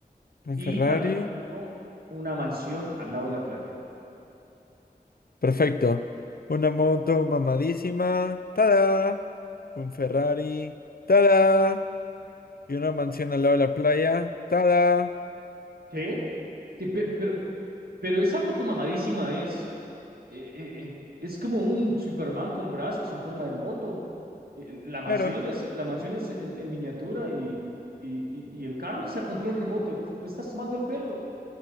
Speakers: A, on the left (about 70°); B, on the right (about 75°).
A: Un
B: y
A: Ferrari.
B: también quiero una mansión al lado de la playa.
A: Perfecto. Una moto mamadísima. ¡Tada! Un Ferrari. ¡Tada! Y una mansión al lado de la playa. ¡Tada!
B: ¿Qué? Que pe- pero, pero, esa moto mamadísima es, eh, eh, eh, es como un Superman con brazos en forma de moto. Eh, la mansión
A: Claro,
B: es, la mansión es en, en miniatura y, y, y- y el carro es a control remoto. ¿Me estás tomando el pelo?